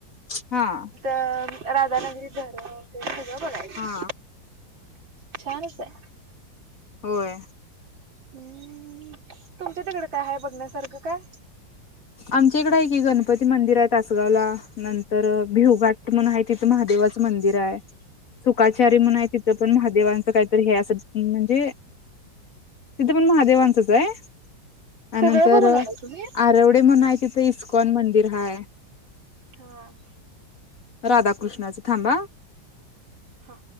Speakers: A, on the left (about 45°); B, on the right (about 70°).
A: हां.
B: अं राधानगरी धरण तेन सगळं बघायचं...
A: हा
B: छानच हाय..
A: होय.
B: हम्म तुमच्या तिकडं काय हाय बघण्यासारखं काय?
A: आमच्या इकड हाय की गणपती मंदिर हाय तासगावला नंतर भिवघाट म्हणून हाय तिथं महादेव... देवाचं मंदिर हाय. सुखाचारी म्हणून हाय तिथं पण महादेवांचं कायतरी हे असं म्हणजे... तिथं पण महादेवांचच हाय त्यानंतर
B: सगळं बघून आला तुम्ही
A: आरव... मी म्हणं हाय तिथं इस्कॉन मंदिर हाय.
B: हां.
A: राधाकृष्णाचं थांबा.
B: हा.